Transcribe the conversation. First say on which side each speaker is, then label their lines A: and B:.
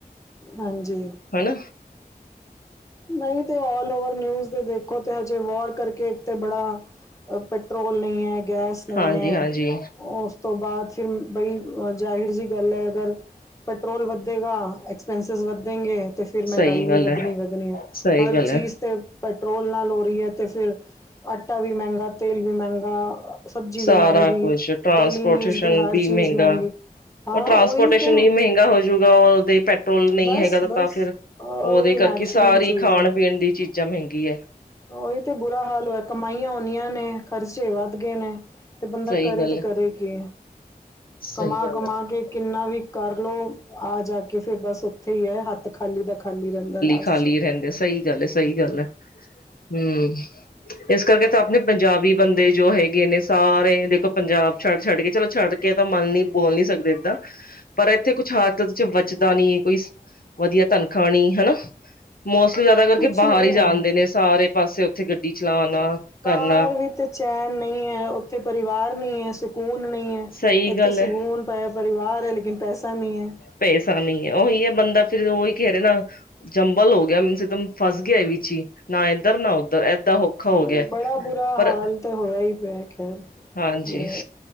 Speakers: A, on the left; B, on the left.
A: ਹਾਂਜੀ।
B: ਹਣਾ।
A: ਨਹੀਂ ਤੇ ਆਲ ਓਵਰ ਨਿਊਜ਼ ਦੇ ਦੇਖੋ ਤੇ ਹਜੇ ਵਾਰ ਕਰਕੇ ਇੱਕ ਤੇ ਬੜਾ ਪੈਟਰੋਲ ਨਹੀਂ ਐ, ਗੈਸ ਨਹੀਂ
B: ਹਾਂਜੀ
A: ਐ,
B: ਹਾਂਜੀ
A: ਉਹ ਤੋਂ ਬਾਅਦ ਫੇਰ ਬਈ ਜ਼ਾਹਿਰ ਜੀ ਗੱਲ ਐ ਅਗਰ ਪੈਟਰੋਲ ਵੱਧੇਗਾ ਐਕਸਪੈਂਸਿਸ ਵਧਣਗੇ ਤੇ ਫੇਰ ਮਹਿੰਗਾਈ
B: ਸਹੀ
A: ਵੀ
B: ਗੱਲ
A: ਵੱਧਣੀ-
B: ਹੈ
A: ਵੱਧਣੀ ਐ
B: ਸਹੀ
A: ਹਰ
B: ਗੱਲ ਹੈ
A: ਚੀਜ਼ ਤੇ ਪੈਟਰੋਲ ਨਾਲ ਹੋ ਰਹੀ ਐ ਤੇ ਫੇਰ ਆਟਾ ਵੀ ਮਹਿੰਗਾ, ਤੇਲ ਵੀ ਮਹਿੰਗਾ। ਸਬਜ਼ੀ
B: ਸਾਰਾ
A: ਵੀ ਮਹਿੰਗੀ,
B: ਕੁਛ ਟਰਾਂਸਪੋਰਟੇਸ਼ਨ
A: ਡੇਲੀ ਨੀਡਸ ਦੀ ਹਰ
B: ਵੀ
A: ਚੀਜ਼
B: ਮਹਿੰਗਾ
A: ਮਹਿੰਗੀ। ਹਾਂ
B: ਉਹ ਟਰਾਂਸਪੋਰਟੇਸ਼ਨ
A: ਉਹੀ ਤੇ
B: ਨਹੀਂ ਮਹਿੰਗਾ ਹੋਜੂਗਾ ਉਹ ਦੇ ਈ ਪੈਟਰੋਲ ਨਹੀਂ
A: ਬਸ
B: ਹੈਗਾ ਤਾਂ
A: ਬਸ
B: ਫੇਰ
A: ਅ, ਉਹੀ
B: ਉਹਦੇ ਕਰਕੇ
A: ਨੈਚੁਰਲੀ
B: ਸਾਰੀ
A: ਚੀਜ਼
B: ਖਾਣ-
A: ਹੈ
B: ਪੀਣ ਦੀ ਚੀਜ਼ਾਂ ਮਹਿੰਗੀ ਐ।
A: ਉਹੀ ਤੇ ਬੁਰਾ ਹਾਲ ਹੋਆ ਕਮਾਈਆਂ ਓਨੀਆ ਨੇ ਖਰਚੇ ਵੱਧ ਗਏ ਨੇ। ਤੇ ਬੰਦਾ
B: ਸਹੀ
A: ਕਰੇ
B: ਗੱਲ
A: ਤੇ ਕਰੇ
B: ਹੈ
A: ਕੀ,
B: ਸਹੀ
A: ਕਮਾ-
B: ਗੱਲ
A: ਕਮਾ
B: ਹੈ
A: ਕੇ ਕਿੰਨਾ ਵੀ ਕਰਲੋ ਆ ਜਾ ਕੇ ਫੇਰ ਬਸ ਉੱਥੇ ਈ ਹੈ ਹੱਥ ਖਾਲੀ ਦਾ ਖਾਲੀ ਰਹਿੰਦਾ ਲਾਸਟ
B: ਖਾਲੀ
A: ਚ।
B: ਰਹਿੰਦੇ ਸਹੀ ਗੱਲ ਹੈ ਸਹੀ ਗੱਲ ਐ ਹੂੰ ਇਸ ਕਰਕੇ ਤਾਂ ਆਪਣੇ ਪੰਜਾਬ ਵੀ ਬੰਦੇ ਜੋ ਹੈਗੇ ਨੇ ਸਾਰੇ ਦੇਖੋ ਪੰਜਾਬ ਛੱਡ- ਛੱਡ ਕੇ ਚਲੋ ਛੱਡ ਕੇ ਤਾਂ ਮਨ ਨੀ ਬੋਲ ਨੀ ਸਕਦੇ ਏਦਾਂ ਪਰ ਇੱਥੇ ਕੁਛ ਹਤ ਚ ਬੱਚਦਾ ਨੀ, ਕੋਈ ਵਧੀਆ ਤਨਖਾਹ ਨੀ ਹਨਾ। ਮੋਸਟਲੀ ਜਾਦਾ ਕਰਕੇ
A: ਕੁਛ
B: ਬਾਹਰ
A: ਨਹੀਂ
B: ਈ ਜਾਂਣਦੇ
A: ਹੈ
B: ਨੇ ਸਾਰੇ ਪਾਸੇ ਉੱਥੇ ਗੱਡੀ ਚਲਾਨਾ ਕਰਨਾ
A: ਬਾਹਰ ਵਿ ਤੇ ਚੈਨ ਨਈ ਐ। ਉੱਥੇ ਪਰਿਵਾਰ ਨਹੀਂ ਐ ਸੁ- ਸਕੂਨ ਨਹੀਂ ਏ,
B: ਸਹੀ
A: ਇੱਥੇ
B: ਗੱਲ
A: ਸਕੂਨ
B: ਹੈ
A: ਤਾਂ ਏ ਪਰਿਵਾਰ ਐ ਲੇਕਿਨ ਪੈਸਾ ਨਹੀਂ ਐ।
B: ਪੈਸਾ ਨਹੀਂ ਐ ਉਹੀ ਏ ਬੰਦਾ ਫੇਰ ਉਹੀ ਕਹਿ ਰਿਹਾ ਨਾ। ਜੰਬਲ ਹੋ ਗਿਆ ਮੀਨਸ ਇੱਕਦਮ ਫਸ ਗਿਆ ਵਿੱਚ ਹੀ। ਨਾ ਇਧਰ ਨਾ ਉੱਧਰ ਏਦਾਂ ਔਖਾ
A: ਹੈ
B: ਹੋ ਗਿਆ,
A: ਬੜਾ ਬੁਰਾ
B: ਪਰ
A: ਹਾਲ ਤੇ ਹੋਇਆ ਹੀ ਪਿਆ ਖੈਰ
B: ਹਾਂਜੀ
A: ਪੂਰੇ